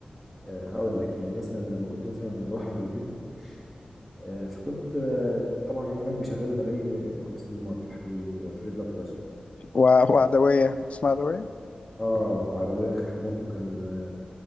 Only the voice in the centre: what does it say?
آه، هقول لك يعني مثلا لما كنت مثلا بروح عند جدتي آه، فكنت آه، طبعا هم هناك بيشغلوا اغاني ام كلثوم وعبد الحليم وفريد الأطرش
اه عدوية كان برضو كان آه،